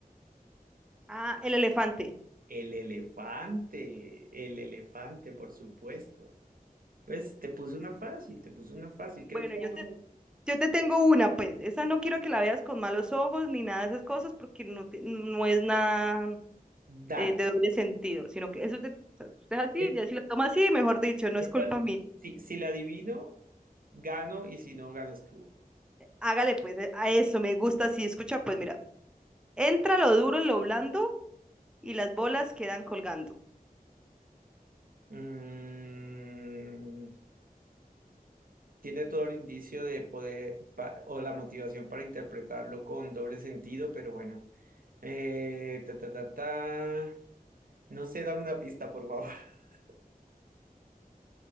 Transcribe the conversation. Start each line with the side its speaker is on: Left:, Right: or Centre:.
Centre: Ah, el elefante.
Right: El elefante, el elefante, por supuesto. Pues te puse una fácil, te puse una fácil. Creo
Centre: Bueno,
Right: que
Centre: yo
Right: vamos
Centre: te,
Right: a...
Centre: yo te tengo una, pues. Esa no quiero que la veas con malos ojos ni nada de esas cosas porque no, te- no es nada
Right: Dale.
Centre: eh, de doble sentido, sino que eso es de- o sea, si usted es así,
Right: E-
Centre: ya si lo toma así, mejor dicho, no
Right: esta-
Centre: es culpa mía.
Right: si, si la adivino, gano y si no, ganas tú.
Centre: Hágale, pues, eh, a eso me gusta así. Escucha, pues, mira, entra lo duro en lo blando y las bolas quedan colgando.
Right: Mm. Tiene todo el indicio de poder pa- o la motivación para interpretarlo con doble sentido, pero bueno. Eh, ta, ta, ta, ta. No sé, dame una pista, por favor. <laughs>